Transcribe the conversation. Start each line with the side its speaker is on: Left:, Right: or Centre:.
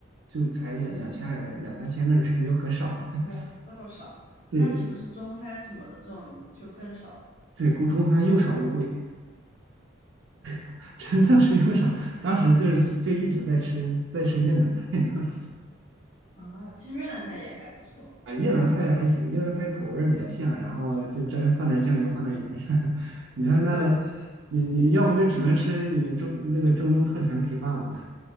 Right: 就才两两千来个人，两三千个人 <laughs> 就很少了。<laughs>
Left: 哇，这么少，
Right: 对
Left: 那岂不是中餐什么的这种就更少了
Right: 对，顾中餐又少又贵，<laughs> 真的是又少。当时就是就一直在吃在吃越南菜，当时。
Left: 啊？其实越南菜也还不错。
Right: 啊，越南菜还行，越南菜口味儿比较像，然后就真放点儿酱油，
Left: 对对对
Right: 放点儿盐啥的。<laughs> 你看那，
Left: 对对对对
Right: 你你要不就只能吃你们中那个中东特产 kebab，